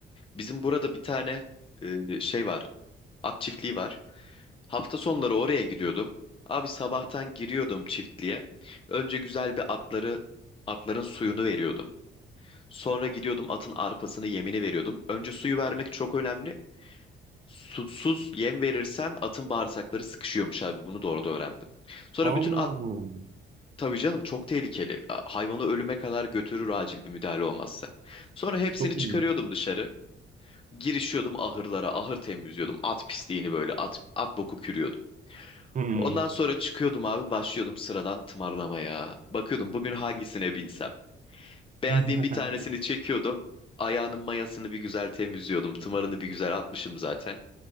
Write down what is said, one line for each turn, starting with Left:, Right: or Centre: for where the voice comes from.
Left: Bizim burada bir tane e, şey var. At çiftliği var. Hafta sonları oraya gidiyordum. Abi sabahtan giriyordum çiftliğe. Önce güzel bir atları, atların suyunu veriyordum. Sonra gidiyordum atın arpasını, yemini veriyordum. Önce suyu vermek çok önemli. Susuz yem verirsen atın bağırsakları sıkışıyormuş abi. Bunu doğru da öğrendim. Sonra
Right: Allah
Left: bütün at
Right: Allah.
Left: Tabii canım çok tehlikeli. A- Hayvanı ölüme kadar götürür acil bir müdahale olmazsa. Sonra hepsini
Right: Çok
Left: çıkarıyordum
Right: iyi.
Left: dışarı. Girişiyordum ahırlara, ahır temizliyordum. At pisliğini böyle at, at boku kürüyordum.
Right: Hmm.
Left: Ondan sonra çıkıyordum abi başlıyordum sıradan tımarlamaya. Bakıyordum bugün hangisine binsem. Beğendiğim
Right: <laughs>
Left: bir tanesini çekiyordum. Ayağının mayasını bir güzel temizliyordum. Tımarını bir güzel atmışım zaten.